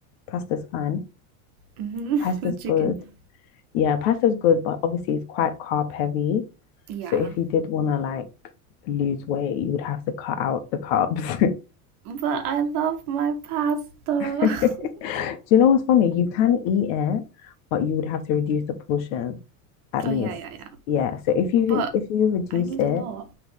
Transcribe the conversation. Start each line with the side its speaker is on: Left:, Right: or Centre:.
Left: pasta's fine.
Right: Mhm.
Left: Pasta's
Right: <laughs> With chicken.
Left: good. Yeah, pasta's good, but obviously it's quite carb heavy.
Right: Yeah,
Left: So if you did want to like lose weight, you would have to cut out the carbs. <laughs>
Right: but I love my pasta.
Left: Do
Right: <laughs>
Left: you know what's funny? You can eat it, but you would have to reduce the portion at
Right: Oh
Left: least.
Right: yeah, yeah, yeah.
Left: Yeah. So if you
Right: But
Left: if you reduce
Right: I need
Left: it,
Right: a lot.